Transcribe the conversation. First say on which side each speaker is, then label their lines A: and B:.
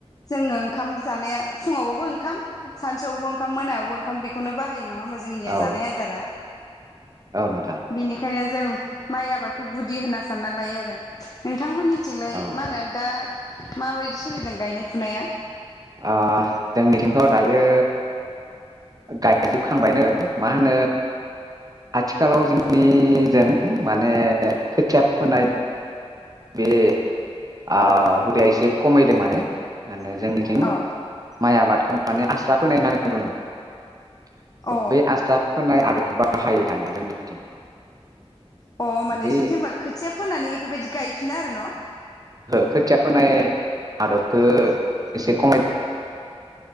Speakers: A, on the left; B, on the right.
A: जोङो ओंखाम जानाया फुङाव बाबो ओंखाम सानसुयावबो ओंखाम मोनायाव बो ओंखाम बेखौनो बाहायो। नङा होमबा जोंनिया
B: औ
A: जानाय आदारा?
B: औ नोंथां
A: बिनिखायनो जों माइ आबादखौ गुदि होनना सानना लायो आरो। उम थांमोननिथिंलाय
B: औ
A: मा होनो दा माबायदि सोलिदों गायनाय फुनाया?
B: आ जोंनिथिं थ' दायो गायजोबखांबायनो मा होनो आथिखालाव जोंनिजों माने खोथिया फोनाय बे आ हुदाया एसे खमायदों माने। माने जोंनिथ <unintelligible>
A: अ
B: माइ आबाद खो माने आस्रा फोनाय होननानै बुङो।
A: अ
B: बै आस्रा फोनाय आदबखौ बा हायो दानिया जोंनिथिं।
A: अ होमबा नोंसोरनिथिं
B: बे
A: होमबा खोथिया फोनानै बेफोरबायदि गायफिनो आरो न'?
B: खोथिया फोनाय आदबखो एसे खमाय